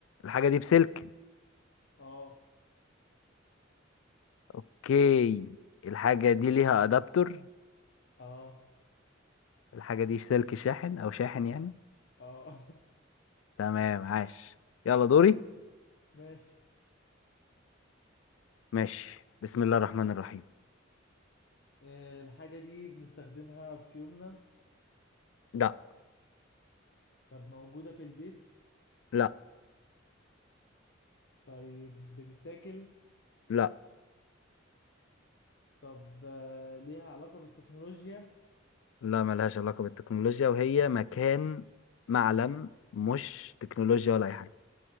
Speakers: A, on the left; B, on the left.
A: الحاجة دي بسلك
B: اه
A: اوكي الحاجة دي ليها ادابتور
B: اه
A: الحاجة دي سلك شاحن او شاحن يعني
B: اه
A: تمام عاش يلا دوري
B: <laughs> ماشي
A: ماشي بسم الله الرحمن الرحيم
B: آه، الحاجة دي بنستخدمها في يومنا
A: لا
B: طب موجودة في البيت
A: لا
B: طيب بتتاكل
A: لا
B: طب آه، ليها علاقة بالتكنولوجيا
A: لا ملهاش علاقة بالتكنولوجيا وهي مكان معلم مش تكنولوجيا ولا اي حاجة